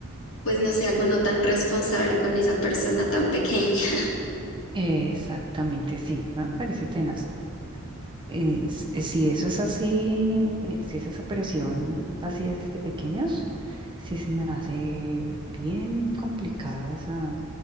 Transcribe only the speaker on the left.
pues no sé, algo no tan responsable con esa persona tan pequeña. <laughs>